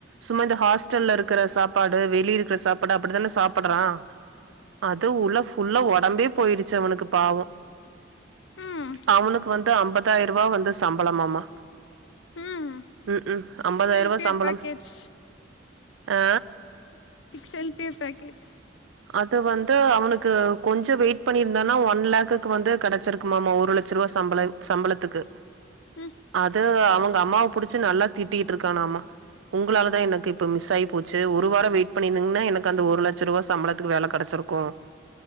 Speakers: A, on the right (about 80°); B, on the left (about 70°).
A: சும்மா இந்த ஹாஸ்டல்ல இருக்குற சாப்பாடு வெளிருக்குற சாப்பாடு அப்டித்தான சாப்புட்றா அது உள்ள ஃபுல்லா ஒடம்பே போயிருச்சு அவனுக்கு பாவோ
B: ம் ம்
A: அவுனுக்கு வந்து அம்பதாயருவா வந்து சம்பளமாம்மா
B: ம்
A: ம் ம்
B: சிக்ஸ்
A: அம்பதாயருவா
B: எல் பி
A: சம்பளம்
B: ஏ பேக்கேஜ்
A: ஆ
B: six L P F package
A: அது வந்து அவனுக்கு கொஞ்ச வெயிட் பண்ணிருந்தானா ஒன் லேக்குக்கு வந்து கெடச்சிருக் ஆமா ஆமா ஒரு லக்ச ருவா சம்பள சம்பளத்துக்கு
B: ம் ம்
A: அது அவுங்க அம்மாவ புடுச்சு நல்லா திட்டிகிட்டு இருக்கானாம்மா உங்களாலதா எனக்கு இப்ப மிஸ் ஆயி போச்சு ஒரு வாரோ வெயிட் பண்ணியிருந்தங்கன்னா எனக்கு அந்த ஒரு லெட்ச ருவா சம்பளத்துக்கு வேல கெடச்சுருக்கு